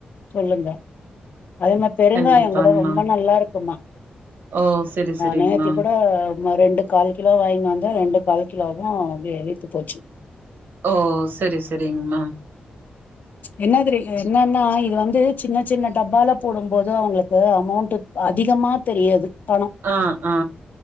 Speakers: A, on the left; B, on the right.
A: சொல்லுங்க அதே மாரி பெருங்காயயோ
B: கண்டிப்பாங்மா
A: கூட ரொம்ப நல்லா இருக்குமா
B: ஓ செரி செரிங்மா
A: நேத்தி கூட ரெண்டு கால் கிலோ வாங்கின் வந்து தா ரெண்டு கால் கிலோவு அ எலுத்து போச்சு
B: ஓ செரி செரிங்கமா
A: என்னதெரி என்னன்னா இது வந்து சின்ன சின்ன டப்பால போடும் ம்போது அவங்களுக்கு அமௌண்ட் அதிகமா தெரியாது பநோ
B: ஆ ஆ